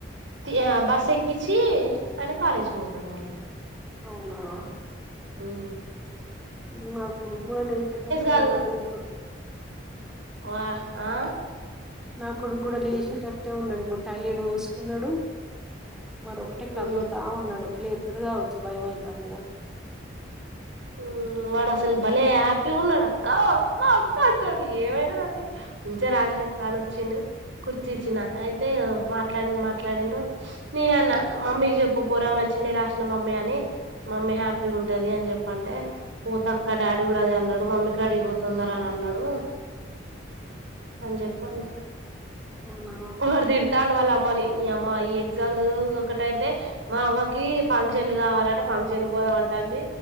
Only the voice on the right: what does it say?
తి ఆ బసెక్కిచ్చి ఆయన కాలేజీకి వోతడు మళ్ళ
మ్
కాదు
వా ఆ
ఉమ్.
మ్ వాడు అసలు భలే హ్యాపీగా ఉన్నాడు అక్క అక్క అక్క అంటాడు ఏమైంంనంటే ముంచే రాసిన అక్క అని వచ్చిడు కుర్చీచ్చిన అయితే మాట్లా మాట్లాడిండు నేన అన్నా మమ్మీకి చెప్పు పోరా మంచినగానే రాసిన మమ్మీ అని మమ్మీ హ్యాపీ ఉంటది అని చెప్ప చెప్పంటే ఓ తక్క డాడీ కూడా అదే అన్నాడు మమ్మీ కాడ పో తొందర అని అన్నాడు అని చెప్పన్నా
వాడు తిడతాండు వల్ల అవ్ అమ్మని ఈ అమ్మ ఈ ఎగ్జామ్ ఒకటైతే మా అవ్వకీ ఫంక్షన్లు కావాలట ఫంక్షన్ బోదాం అంటంది